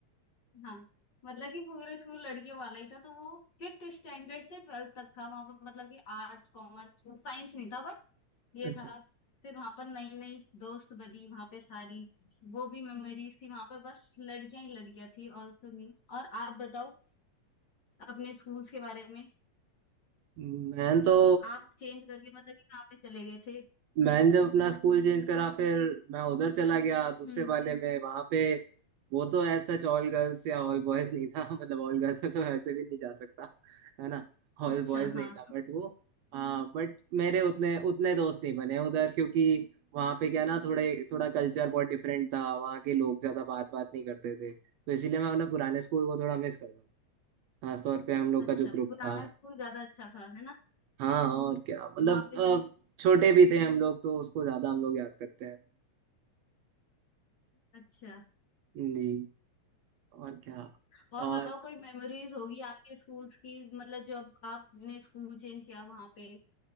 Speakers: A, on the left; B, on the right.
A: हाँ मतलब कि पूरा स्कूल लड़कियों वाला ही था तो वो फिफ्थ स्टैंडर्ड से ट्वेल्थ तक था वहां पर मतलब कि आर्ट्स कॉमर्स साइंस नहीं था ये
B: अच्छा
A: था फिर वहां पर नई नई दोस्त बनी वहां पे सारी वो भी मेमोरीज थी वहां पर बस लड़कियां ही लड़कियां थी और तो नहीं और आप बताओ अपने स्कूल्स के बारे में
B: मैं तो
A: आप चेंज करके मतलब कि कहाँ पे चले गए थे
B: मैंने जब अपना स्कूल चेंज करा फिर मैं उधर चला गया दूसरे
A: हम्म
B: वाले में वहां पे वो तो ऐसा ऑल गर्ल्स या ऑल बॉयज नहीं था <laughs> मतलब ऑल गर्ल्स में तो ऐसे भी नहीं जा सकता है ना
A: अच्छा
B: ऑल बॉयज नहीं
A: हाँ
B: था बट वो हाँ बट मेरे उतने उतने दोस्त नहीं बने उधर क्योंकि वहाँ पे क्या ना थोड़े थोड़ा कल्चर बहुत डिफरेंट था वहाँ के लोग ज़्यादा बात बात नहीं करते थे तो इसीलिए मैं अपने पुराने स्कूल को थोड़ा मिस करता था खासतौर पे हम लोग
A: अच्छा
B: का जो ग्रुप
A: पुराना
B: था
A: स्कूल ज्यादा अच्छा था है ना
B: हाँ और क्या मतलब
A: वहां पे
B: अ, छोटे भी थे हम लोग तो उसको ज़्यादा हम लोग याद करते हैं
A: अच्छा
B: नहीं और क्या
A: और
B: और
A: बताओ कोई मेमोरीज होगी आपके स्कूल्स की मतलब जो अब आपने स्कूल चेंज किया वहां पे